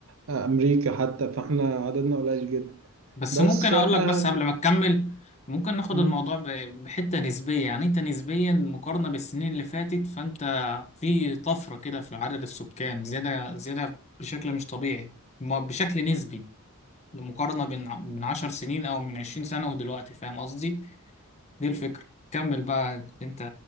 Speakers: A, on the right (about 60°); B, on the left (about 30°).
A: آه، امريكا حتى فاحنا عددنا قليل جدا
B: بس
A: بس
B: ممكن اقول
A: احنا
B: لك بس قبل ما تكمل ممكن ناخد
A: مم.
B: الموضوع ب- بحتة نسبية يعني انت نسبيا مقارنة بالسنين اللي فاتت فانت في طفرة كده في عدد السكان زيادة زيادة بشكل مش طبيعي م- بشكل نسبي المقارنة بين من عشر سنين او من عشرين سنة ودلوقتي فاهم قصدي دي الفكرة كمل بقى انت